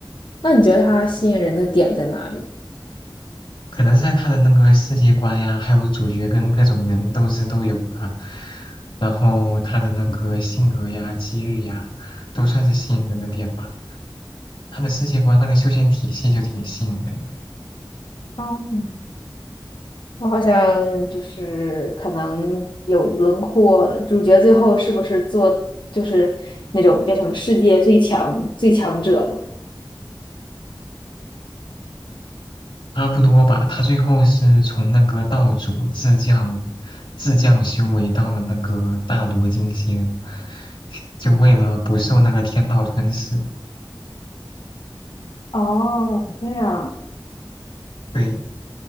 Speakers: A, on the left; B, on the left.
A: 那你觉得他吸引人的点在哪里？
B: 可能是在他的那个世界观呀，还有主角跟各种人斗智都有啊，然后他的那个性格呀、机遇呀，都算是吸引人的点吧。他的世界观那个修仙体系就挺吸引人。的。
A: 哦，我好像就是可能有轮廓了，主角最后是不是做就是那种变成世界最强最强者了？
B: 差不多吧，他最后是从那个道主自降自降修为到了那个大罗金仙，就为了不受那个天道吞噬。
A: 哦，这样，
B: 对，